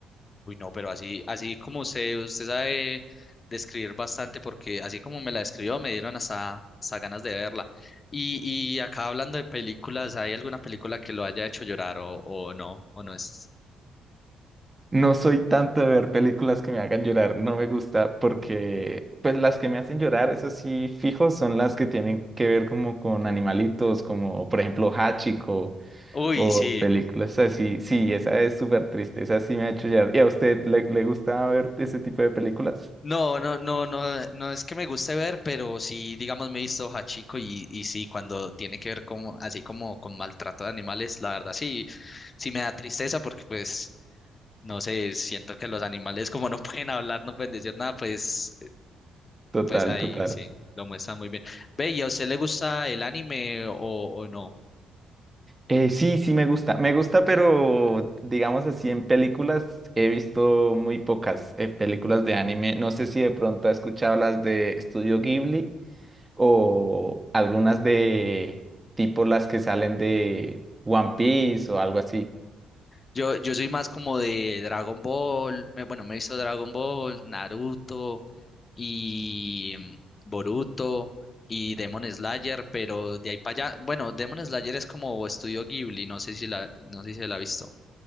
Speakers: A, on the left; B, on the right.
A: Uy, no, pero así, así como usted, usted sabe describir bastante, porque así como me la describió, me dieron hasta, hasta ganas de verla. Y, y acá hablando de películas, ¿hay alguna película que lo haya hecho llorar o, o no? ¿O no es?
B: No soy tanto de ver películas que me hagan llorar, no me gusta porque pues las que me hacen llorar, eso sí, fijo, son las que tienen que ver como con animalitos, como por ejemplo Hachiko
A: Uy,
B: o
A: sí.
B: películas así. Sí, esa es súper triste, esa sí me ha hecho llorar. ¿Y a usted le, le gusta ver ese tipo de películas?
A: No, no, no, no, no es que me guste ver, pero sí, digamos, me he visto Hachiko y, y sí, cuando tiene que ver como, así como con maltrato de animales, la verdad sí, sí me da tristeza porque pues, no sé, siento que los animales como no <laughs> pueden hablar, no pueden decir nada, pues
B: Total,
A: Pues ahí
B: total.
A: sí, lo muestran muy bien. Ve, ¿y a usted le gusta el anime o, o no?
B: Eh, sí, sí me gusta. Me gusta, pero digamos así, en películas he visto muy pocas eh, películas de anime. No sé si de pronto has escuchado las de Estudio Ghibli o algunas de tipo las que salen de One Piece o algo así.
A: Yo, yo soy más como de Dragon Ball, me- bueno, me he visto Dragon Ball, Naruto y mm, Boruto y Demon Slayer, pero de ahí para allá, bueno, Demon Slayer es como estudio Ghibli, no sé si la, no sé si la ha visto.